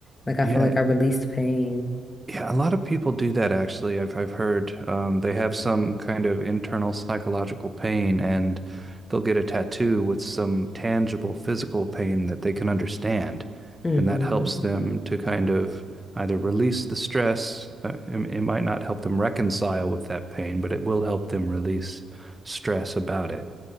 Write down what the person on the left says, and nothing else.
Like I
felt like I released pain.
hmm